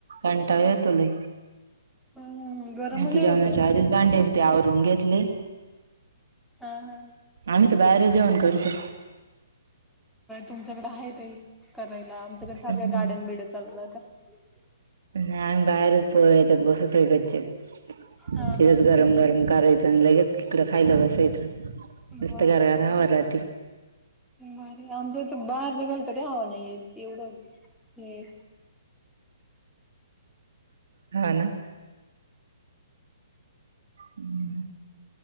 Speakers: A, on the right; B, in the centre.
A: कंटाळा येतो लाई.
B: हम्म गरम
A: आणि
B: लय
A: ते जेवणाच्या
B: होतं
A: आधीच भांडेन ते आवरून घेतले.
B: ह हा.
A: आम्ही तर बाहेर जाऊन कर ते.
B: तुमच्याकडे आहे बाई करायला आमच्याकडे
A: हम्म.
B: सारख्या गाडन बिड चालु राहत्या. ह.
A: नाही आम्ही बाहेरच पोह याच्यात बसतो कच्चित तिथंच
B: हा हा
A: गरम गरम करायच. चांगलं गच किकडं खायला बसायचं. मस्त
B: वा
A: गार गार हवा राहते.
B: भारी. आमच्या इथ बाहेर निघाल तररी हवं नाही या एवढं हे.
A: हा ना. हम्